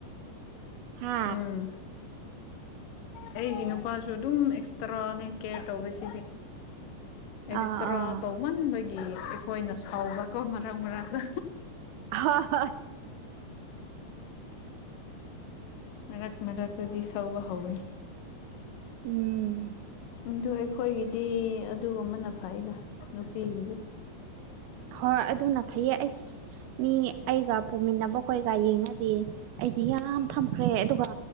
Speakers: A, on the right (about 80°); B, on the left (about 70°).
A: ꯍꯥ
B: ꯎꯝ ꯑꯩꯒꯤ ꯅꯨꯄꯥꯁꯨ ꯑꯗꯨꯝ ꯑꯦꯛꯁꯇ꯭ꯔꯥꯅꯦ ꯀꯦꯌꯔ ꯇꯧꯕ ꯁꯤꯗꯤ꯫ ꯑꯦꯛꯁꯇ꯭ꯔꯥ
A: ꯑꯥ ꯑꯥ
B: ꯇꯧꯃꯟꯕꯒꯤ ꯑꯩꯈꯣꯏꯅ ꯁꯥꯎꯕꯀꯣ ꯃꯔꯛ ꯃꯔꯛꯇ
A: ꯍꯥ ꯍꯥ
B: ꯃꯔꯛ ꯃꯔꯛꯇꯗꯤ ꯇꯧꯕ ꯍꯧꯋꯦ꯫
A: ꯎꯝ
B: ꯑꯗꯨ ꯑꯩꯈꯣꯏꯒꯤꯗꯤ ꯑꯗꯨꯒꯨꯝꯕꯅ ꯐꯩꯗ ꯅꯨꯄꯤꯒꯤꯗꯤ꯫
A: ꯍꯣꯏ ꯑꯗꯨꯅ ꯐꯩꯌꯦ ꯑꯩꯁ ꯃꯤ ꯑꯩꯒ ꯄꯨꯃꯤꯟꯅꯕꯈꯣꯏꯒ ꯌꯦꯡꯉꯗꯤ ꯑꯩꯗꯤ ꯌꯥꯝ ꯐꯝꯈ꯭ꯔꯦ ꯑꯗꯨꯒ